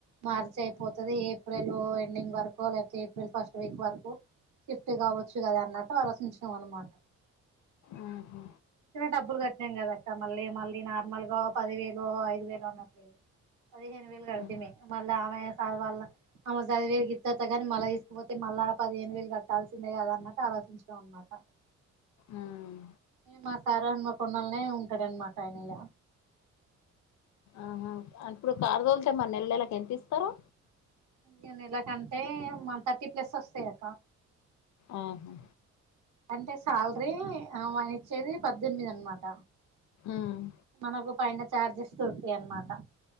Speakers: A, on the right (about 75°); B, on the left (about 65°).
A: మార్చి అయిపోతుది ఏప్రిల్ ఎండింగ్ వరకు లేకపోతే ఏప్రిల్ ఫస్ట్ వీక్ వరకు షిఫ్ట్ కావచ్చు కదా అన్నట్టు ఆలోచించినం అన్నమాట
B: ఉ హు
A: డబ్బులు కట్టినం కదా అక్క మళ్ళీ మళ్ళీ నార్మల్ గా పది వేలు ఐదు వేలు అన్నట్లేదు పదిహేను వేలు కడితిమి
B: ఉమ్,
A: మళ్ళీ ఆమె వాళ్ళ అ చదివేది గిత్తత్త గాని మళ్ళా తీసుకుపోతే మల్ల ఆడ పదిహేను వేలు కట్టాల్సిందే కదా అన్నట్టు ఆలోచించుకోం అన్నమాట
B: ఉమ్.
A: మా సార్ హన్మా కొండల్నే ఉంటాడనమాట ఆయన ఇ
B: ఆహా ఇప్పుడు కారుదోలితే మరి నెల్లేళకి ఎంత ఇస్తారు
A: ఇగ నెల కంటే మన్ థర్టీ ప్లస్ వస్తాయక్క
B: ఆహా
A: అంటే శాలరీ మని ఇచ్చేది పద్దెనిమిది అన్న మాట
B: ఉమ్
A: మనకు పైన చార్జెస్ దొరుతాయి అన్నమాట